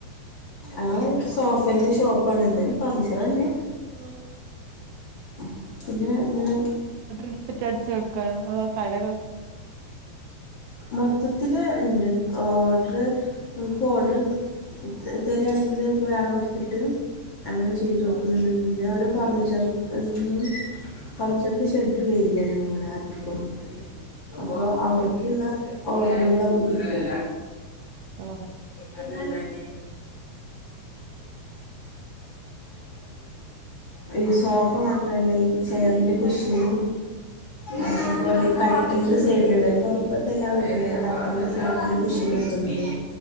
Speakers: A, on the left; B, on the right.
A: ആ സോഫന്റെ ഷോപ്പ ആണ് ഇത് ഫർണിച്ചർന്നെ
B: ആ
A: ആ പിന്നെ ഇങ്ങെ
B: എടുത്തിട്ട് അടിച്ചു കൊടുക്കാണോ അതോ കടകൾ
A: മൊത്തത്തില് ഉണ്ട് ഓർഡറ് നമുപ്പോൾ ഓർഡർ തരിയാണെങ്കിൽ പോയി അളവെടുത്തിട്ട് അങ്ങനെ ചെയ്തു കൊടുക്കുന്നു
B: ഓ
A: പിന്നെ ഫർണിച്ചർന്ന് ഫർണിച്ചറിന്റെ ഷെഡിൽ വേകയാണ് ഇവിടെ ആദ്യപ്പോം അപ്പൊ അവിടക്ക്ള്ള
B: അതെ
A: ഓർഡറുകളൊക്കെ കിട്ടും
B: ഓ
A: അത് ആ ഈ ഈ സോഫ മാത്രല്ല ഈ ചെയറിന്റെ കുശനും
B: ആ
A: അതെ
B: ആ
A: പോലെ കൈ കട്ടിൽന്റെ സെഡില ഉള്ളത് ഇപ്പോ ഇപ്പോഴത്തെല്ലാ വീട്ടിലും കട്ടിൻ്റെ സൈഡും കുഷൻ വേക്കുന്നില്ല